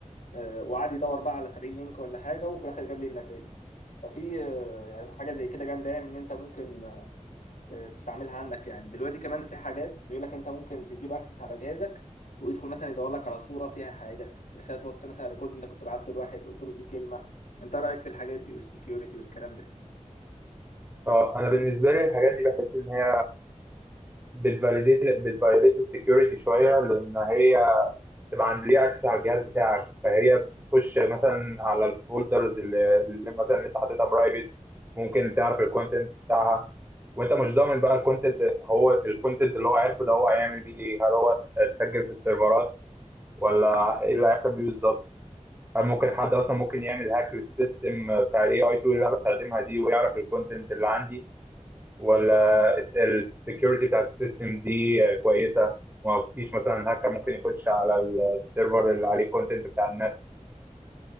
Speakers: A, on the left; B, on the right.
A: آه، وقعد يدور بقى على 70 لينك ولا حاجه وفي الاخر جاب لي النتائج ففي آه، يعني حاجه زي كده جامده يعني ان انت ممكن آه، تستعملها عندك يعني دلوقتي كمان في حاجات بيقول لك انت ممكن تديله اكسس على جهازك ويدخل مثلا يدور لك على صوره فيها حاجه رساله واتس مثلا ريكورد انت كنت بعته لواحد قلت له فيه كلمه انت رايك في الحاجات دي والسكيورتي والكلام ده
B: اه انا بالنسبه لي الحاجات دي بحس ان هي بتفاليديت بتفاليديت السكيورتي شويه لان هي تبقى عند ليها اكسس على الجهاز بتاعك فهي بتخش مثلا على الفولدرز اللي اللي مثلا اللي انت حاططها برايفت ممكن تعرف الكونتنت بتاعها وانت مش ضامن بقى الكونتنت هو الكونتنت اللي هو عارفه ده هو هيعمل بيه ايه هل هو اتسجل في السيرفرات ولا ايه اللي هيحصل بيه بالظبط هل ممكن حد اصلا ممكن يعمل هاك للسيستم بتاع الاي اي تول اللي انا بستخدمها دي ويعرف الكونتنت اللي عندي ولا السكيورتي بتاعت السيستم دي كويسه ما فيش مثلا هاكر ممكن يخش على السيرفر اللي عليه كونتنت بتاع الناس